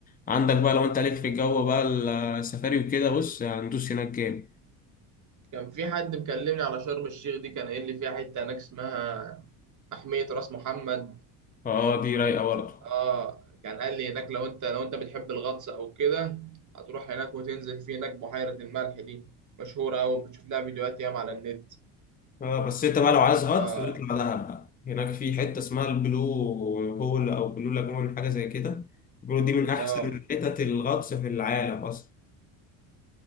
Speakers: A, on the left; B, on the right.
A: عندك بقى لو أنت ليك في الجو بقى السفاري وكده بص هندوس هناك جامد
B: كان في حد مكلمني على شرم الشيخ دي كان قايل لي فيها حته هناك اسمها محمية راس محمد
A: أه دي رايقة برضه
B: اه كان قال لي هناك لو انت لو انت بتحب الغطس او كده هتروح هناك وتنزل في هناك بحيرة الملح دي مشهورة أوي بتشوف لها فيديوهات ياما على النت
A: اه بس انت بقى لو عايز غطس
B: اه
A: بتطلع دهب بقى هناك في حته اسمها البلو هول او بلو لاجون حاجه زي كده بيقولوا دي من احسن
B: اه
A: حتت الغطس في العالم اصلا